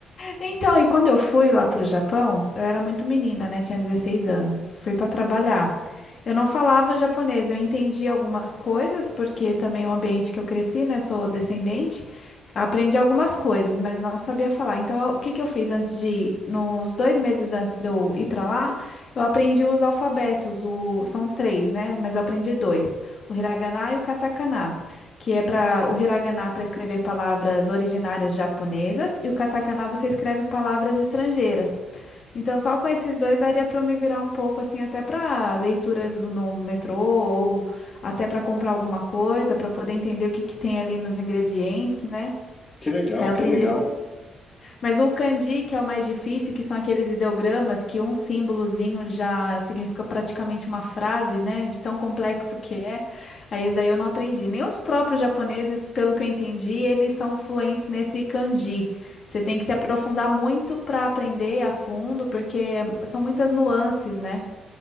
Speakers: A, on the left; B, on the left.
A: Então, e quando eu fui lá para o Japão, eu era muito menina, né? Tinha 16 anos. Fui para trabalhar. Eu não falava japonês, eu entendi algumas coisas, porque também o ambiente que eu cresci, né? Sou descendente, aprendi algumas coisas, mas não sabia falar. Então, o que que eu fiz antes de ir? Nos dois meses antes de eu ir para lá, eu aprendi os alfabetos, o... são três, né? Mas eu aprendi dois: o hiragana e o katakana que é para o hiragana para escrever palavras originárias japonesas e o katakana você escreve palavras estrangeiras. Então, só com esses dois daria para eu me virar um pouco assim, até para leitura no, no metrô ou até para comprar alguma coisa, para poder entender o que que tem ali nos ingredientes, né?
B: Que legal,
A: Aí eu aprendi
B: que legal.
A: mas o kanji, que é o mais difícil, que são aqueles ideogramas que um símbolozinho já significa praticamente uma frase, né? De tão complexo que é. Aí esse daí eu não aprendi. Nem os próprios japoneses, pelo que eu entendi, eles são fluentes nesse kanji. Você tem que se aprofundar muito para aprender a fundo, porque são muitas nuances, né?